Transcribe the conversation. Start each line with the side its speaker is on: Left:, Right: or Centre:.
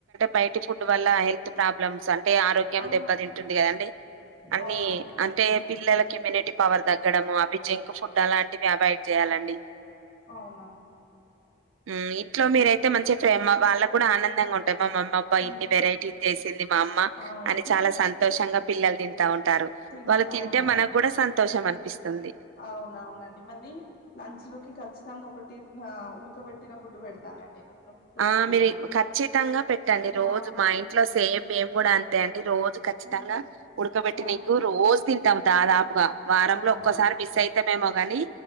Right: బయట ఫుడ్ వల్ల హెల్త్ ప్రాబ్లమ్స్ అంటే అంటే ఆరోగ్యం
Left: ఆ
Right: దెబ్బతింటుంది కదండి అన్ని
Left: అవునవునండి
Right: అంటే పిల్లల ఇమ్యూనిటీ పవర్ తగ్గడము అవి జింక్ ఫుడ్ అలాంటివి అవాయిడ్ చేయాలండి
Left: అవును
Right: ఉం ఇంట్లో
Left: అందుకే
Right: మీరైతే మంచి ప్రేమ వాళ్ళ కూడా ఆనందంగా ఉంటాయి మా మమ్మ అబ్బ
Left: ఉంటది
Right: ఇన్ని వెరైటీస్ చేసింది మా అమ్మ
Left: అవును
Right: అని చాలా సంతోషంగా పిల్లలు తింటా ఉంటారు
Left: తింటా
Right: వాళ్ళు తింటే
Left: ఉంటారండి
Right: మనకు కూడా సంతోషం అనిపిస్తుంది
Left: అవునవునండి మళ్ళీ లంచ్ లోకి ఖచ్చితంగా ఒకటి ఆ ఉడకబెటిన గుడ్డు పెడతానండి నేను రోజు
Right: ఆ
Left: కూడా
Right: మీరు ఖచ్చితంగా పెట్టండి రోజు
Left: ఆ
Right: మా ఇంట్లో సేమ్ మేము కూడా అంతే అండి రోజు ఖచ్చితంగా
Left: హ్మ్.
Right: ఉడకబెట్టిన
Left: ఆ
Right: ఎగ్గు రోజు తింటాం దాదాపుగా వారంలో
Left: అవునవును
Right: ఒక్కసారి మిస్ అయితే మేమో కాని